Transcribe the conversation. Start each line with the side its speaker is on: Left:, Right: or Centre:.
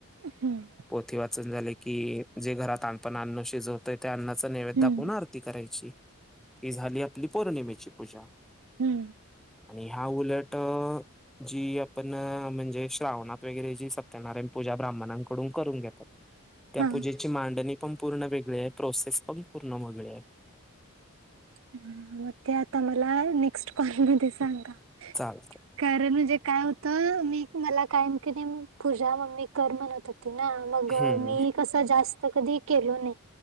Right: हम्म
Centre: पोथी वाचून झाले की, जे घरात आपण अन्न शिजवतोय त्या अन्नाच नैवेद
Right: हम्म
Centre: दाखवून आर आरती करायची. ही झाली आपली पौर्णिमेची पूजा.
Right: हम्म
Centre: आणि ह्या उलट जी आपण म्हणजे, श्रावणात वगैरे जी सत्यनारायण पूजा ब्राह्मणांकडून करून घेतात. त्या
Right: हा
Centre: पूजेची मांडणी पण पूर्ण वेगळी आहे. प्रोसेस पण पूर्ण वेगळे आहे.
Right: हम्म, मग ते आता मला नेक्स्ट कॉल मधे सांगा.
Centre: चालत.
Right: कारण म्हणजे काय होत, मी मला कायम कनी पूजा मम्मी कर म्हणत होती. मग
Centre: हम्म
Right: मी कस, जास्त कधी केलो नाही.